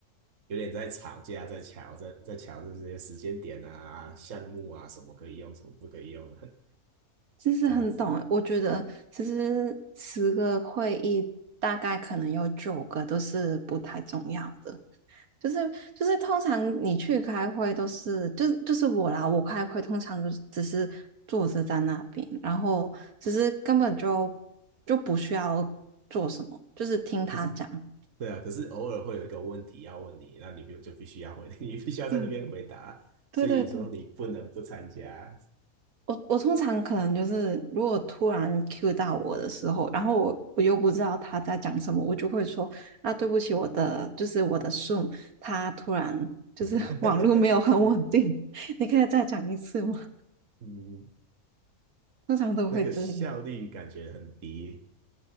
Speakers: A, on the right; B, on the right.
A: 有点在吵架，在抢在在抢这些时间点啊、项目啊，什么可以用，什么不可以用，
B: 其实很懂欸我觉得其实十个会议大概可能有九个都是不太重要的，
A: <laughs> 这样子的。
B: 就是就是通常你去开会都是，就是就是我啦，我开会通常就只是坐着在那边，然后只是根本就就不需要做什么，就是听他讲。
A: 可是对啊，可是偶尔会有一个问题要问你，那你必就必须要回，<laughs> 你必须要在那边回答，
B: 嗯，对对对，
A: 所以你说你不能不参加，
B: 我我通常可能就是，如果突然 Q 到我的时候，然后我我又不知道他在讲什么，我就会说啊，对不起，我的就是我的 Zoom，他突然就是
A: <laughs>
B: <laughs> 网络没有很稳定，<laughs> 你可以再讲一次吗？
A: 嗯，
B: 通常都会这样。
A: 那个效率感觉很低。